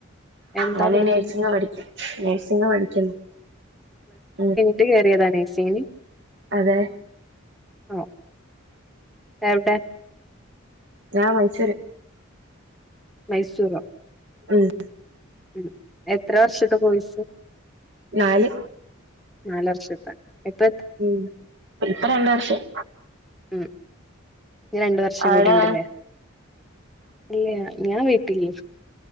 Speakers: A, in the centre; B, on the right.
A: എന്താ
B: ഞാന്
A: പഠിക്കണെ
B: നേഴ്സിങ്ങ പഠിക്ക നേഴ്സിങ്ങ പഠിക്കുന്നു ഉം
A: ത് കേറിയതാ നഴ്സിങ് ന്
B: അതെ
A: അ എവിടെ
B: ഞാ മൈസൂര്
A: മൈസൂറോ
B: ഉം
A: ഉം എത്ര വർഷത്തെ കോഴ്സ്
B: നാല്
A: നാല് വർഷത്ത ഇപ്പ
B: ഉം ഇപ്പ രണ്ട് വർഷായി
A: ഉം ഇനി രണ്ട് വർഷം
B: അവിടെ
A: കൂടി ണ്ടല്ലേ ഇല്ല ഞാൻ വീട്ടിൽ